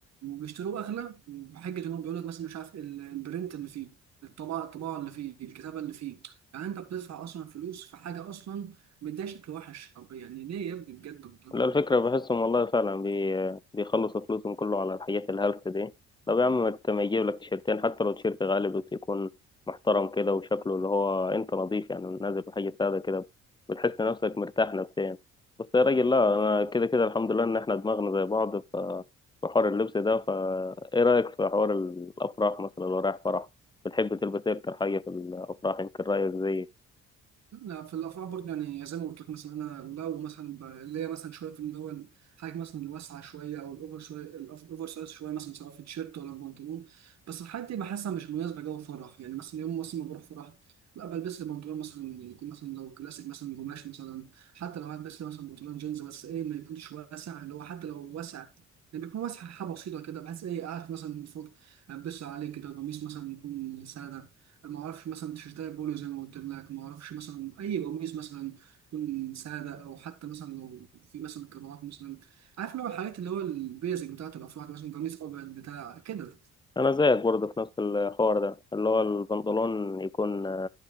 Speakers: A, on the right (about 60°); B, on the left (about 15°).
A: وبيشتروه أغلى وبحجة إن هو بيقول لك مثلا مش عارف البرنت اللي فيه الطباعة الطباعة اللي فيه الكتابة اللي فيه يعني انت بتصرف اصلا فلوس في حاجه اصلا مديها شكل وحش طب يعني ليه يا ابني بجد والله
B: لا الفكرة بحسهم والله فعلا بي... بيخلصوا فلوسهم كله على الحاجات الهلس دي طب يا عم ما ت- ما يجيب لك تيشيرتين حتى لو تيشيرت غالي بس يكون محترم كده وشكله اللي هو انت نظيف يعني نازل بحاجة سادة كده بتحس نفسك مرتاح نفسيا بس يا راجل لا انا كده كده الحمد لله ان احنا دماغنا زي بعض ف في حوار اللبس ده فا ايه رأيك في حوار الافراح مثلا لو رايح فرح بتحب تلبس ايه اكتر حاجة في الافراح يمكن رأيك زيي
A: لا في الافراح برضه يعني زي ما قلت لك مثلا انا لو مثلا ب- اللي هي مثلا شويه في اللي هو الحاجه مثلا الواسعه شويه او الاوفر شويه الاوفر سايز شويه مثلا سواء في تيشيرت ولا بنطلون بس الحاجات دي بحسها مش مناسبه جو فرح يعني مثلا يوم مثلا ما بروح فرح لا بلبس لي بنطلون مثلا يكون مثلا لو كلاسيك مثلا قماش مثلا حتى لو هلبس لي مثلا بنطلون جينز بس ايه ما يكونش واسع اللي هو حتى لو واسع يعني بيكون واسع حاجه بسيطه كده بحس ايه قاعد مثلا من فوق البس عليه كده قميص مثلا يكون ساده ما اعرفش مثلا تيشيرتات بولو زي ما قلت لك ما اعرفش مثلا اي قميص مثلا تكون ساده او حتى مثلا لو في مثلا قراءات مثلا عارف اللي هو الحاجات اللي هو البيزك بتاعت الافراد مثلا قميص ابيض بتاع كده
B: انا زيك برضه في نفس الحوار ده اللي هو البنطلون يكون